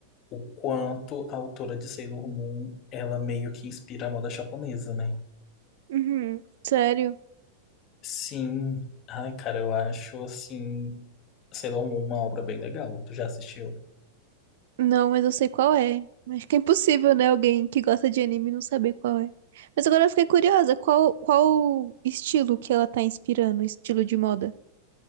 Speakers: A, on the left; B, on the right.
A: o quanto a autora de Sailor Moon, ela meio que inspira a moda japonesa, né?
B: Uhum. Sério?
A: Sim. Ai, cara, eu acho assim Sailor Moon uma obra bem legal. Tu já assistiu?
B: Não, mas eu sei qual é. Acho que é impossível, né? Alguém que gosta de anime não saber qual é. Mas agora eu fiquei curiosa, qual, qual estilo que ela tá inspirando? Estilo de moda?